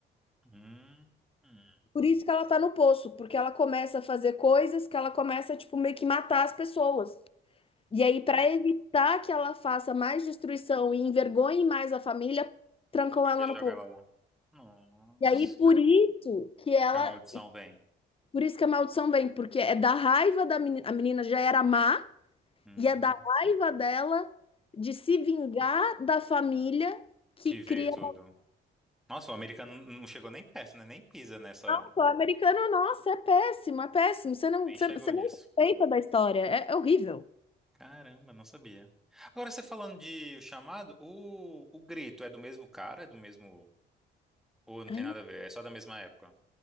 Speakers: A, in the centre; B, on the left (about 30°).
A: Hum. Hum.
B: Por isso que ela tá no poço, porque ela começa a fazer coisas que ela começa, tipo, meio que matar as pessoas. E aí, para evitar que ela faça mais destruição e envergonhe mais a família, trancam
A: Eu
B: ela
A: ia jogar
B: no poço.
A: ela lá. Nossa.
B: E aí, por isso que ela.
A: Que a maldição vem.
B: Por isso que a maldição vem, porque é da raiva da menina. A menina já era má,
A: Hum.
B: e é da raiva dela de se vingar da família que
A: Que
B: cria
A: veio tudo. Nossa, o americano não chegou nem perto, né? Nem pisa nessa.
B: Nossa, O americano, nossa, é péssimo, é péssimo. Você não,
A: Nem
B: você,
A: chegou
B: você
A: nisso.
B: não respeita da história. É, é horrível.
A: Caramba, não sabia. Agora você falando de O Chamado, o, o Grito é do mesmo cara? É do mesmo. Ou não
B: Ai,
A: tem nada
B: não-
A: a ver? É só da mesma época?